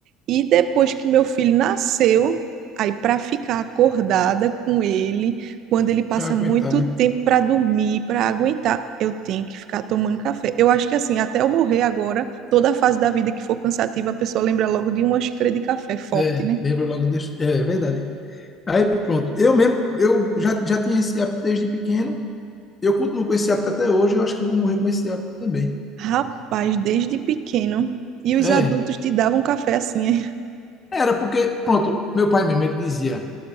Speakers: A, on the right; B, on the left.
A: E depois que meu filho nasceu, aí para ficar acordada com ele, quando ele passa
B: pra aguentar,
A: muito
B: né?
A: tempo para dormir, para aguentar, eu tenho que ficar tomando café. Eu acho que assim, até eu morrer agora, toda a fase da vida que for cansativa, a pessoa lembra logo de uma xícara de café forte,
B: É,
A: né?
B: lembra logo desse... É, verdade. Aí, pronto. Eu mesmo, eu já, já tinha esse hábito desde pequeno. Eu continuo com esse hábito até hoje. Eu acho que vou morrer com esse hábito também.
A: Rapaz, desde pequeno. E os
B: É,
A: adultos te davam café assim, hein?
B: era porque, pronto, meu pai mesmo, ele dizia,